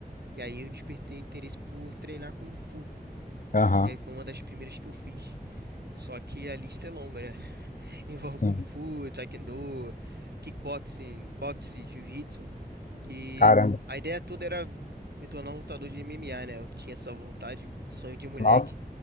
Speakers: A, on the right; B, on the left.
A: E aí eu despertei o interesse por treinar Kung Fu.
B: aham,
A: E aí foi uma das primeiras que eu fiz. Só que a lista é longa, né? Envolve
B: sim.
A: Kung Fu, Taekwondo, kickboxing, boxe, jiu-jitsu. E
B: Caramba.
A: a ideia toda era me tornar um lutador de MMA, né? Eu tinha essa vontade, sonho de moleque.
B: Nossa.